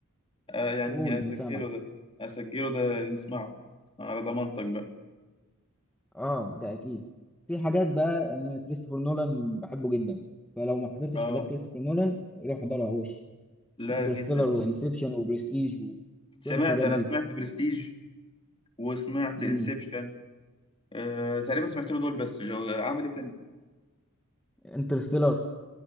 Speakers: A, on the left (about 25°); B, in the centre.
A: آه، يعني
B: قول
A: اسجله
B: مسامع
A: ده اسجله ده نسمعه على ضمانتك بقى
B: اه ده اكيد في حاجات بقى انا كريستوفر نولان بحبه جدا فلو ما حضرتش
A: اه
B: حاجات كريستوفر نولان روح احضرها وش
A: لا
B: انترستيلر
A: جدا
B: وانسبشن وبرستيج وكل
A: سمعت
B: الحاجات
A: انا
B: دي
A: سمعت برستيج وسمعت
B: امم
A: انسبشن آه تقريبا سمعت له دول بس لو- عمل ايه تاني
B: انترستيلر